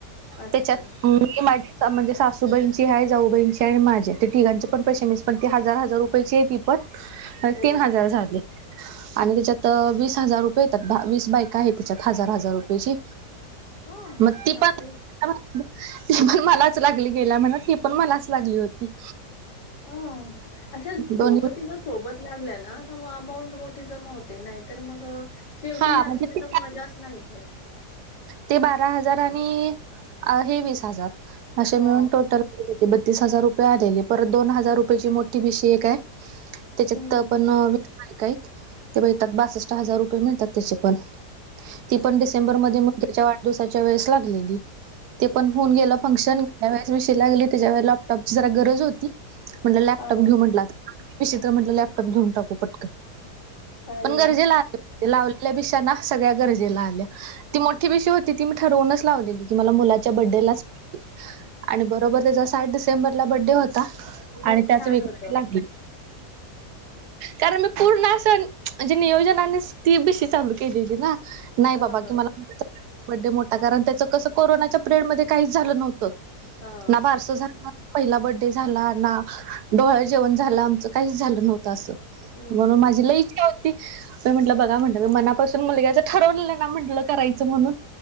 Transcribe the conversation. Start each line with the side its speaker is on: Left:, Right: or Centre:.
Left: अच्छा
Right: त्याच्यात. माझ म्हणजे सासूबाईंची आहे जाऊबाईंची आणि माझे ते तिघांची पण पैश शेमीस पण. हजार हजार रुपयाची आहे ती पण
Left: हो
Right: तीन हजार झाले. आणि त्याच्यात वीस हजार रुपये येतात द वीस बायक आहे त्याच्यात हजार हजार रुपयेची.
Left: हा
Right: मग ती
Left: बापरे
Right: प त पण मलाच लागली गेल्या म्हणा ती पण मलाच लागली होती.
Left: हो अशा
Right: दोन्ही
Left: दोघं तिघं सोबत लागल्या ना. ंट मोठी जमावते नाही तर मग शेवटी
Right: हा
Left: लागली
Right: म्हणजे
Left: ना तर मजाच नाही.
Right: ते बारा हजार आणि हे वीस हजार असे
Left: हा
Right: मिळून टोटल. बत्तीस हजार रुपये आलेली परत दोन हजार रुपयाची मोठी भीशी एक आहे. त्याच्यात
Left: हम्म
Right: तर
Left: हम्म
Right: पण व का ते बघेतात बासष्ट हजार रुपये मिळतात त्याचे पण ती पण डिसेंबर
Left: अच्छा
Right: मध्ये त्याच्या वाढदिवसाच्या वेळेस लागलेली. ते पण फोन
Left: हम्म
Right: गेला
Left: हम्म.
Right: फंक्शन घेल्या वळेस विषय लागले त्याच्या वेळे लॅपटॉपची ज गरज होती. म्हट लॅपटॉप
Left: हा
Right: घेऊ म्हटलं आ विचित्र म्हटलं लॅपटॉप घेऊन टाकू पटक.
Left: अरे
Right: पण
Left: वा
Right: गरजेला आ लावलेल्या पिशाना सगळ्या गरजेला आल्या. ती मोठी पेशी होतीी मी ठरवूनच लावलेली की मला मुलाच्या बड्डेलाच. आणि बरोबर त्याचा साठ डिसेंबरला बड्डे होता.
Left: लक
Right: आणि त्याच
Left: छान
Right: वेग
Left: होत
Right: लाग कारण मी पूर्ण असंजे नियोजनाने ती बीशीी चालू केलेली ना. नाही
Left: ह
Right: बाबा
Left: ह.
Right: की मला मोठा कारण त्याच कसं कोरोनाच्या पिरियड मध्ये काहीच झालं नव्हतं.
Left: हा हम्म
Right: ना बारसं झा पहिला बर्डे झाला ना डोळ जेवण झालं आमचं काहीच झालं नव्हत. तसं
Left: हम्म
Right: म्हणून माझी
Left: हम्म
Right: लय इच्छा त मी म्हटलं बघा म्हण मी मनापासून मुलगाचं ठरवलं ना म्हटलं करायचं म्हणून.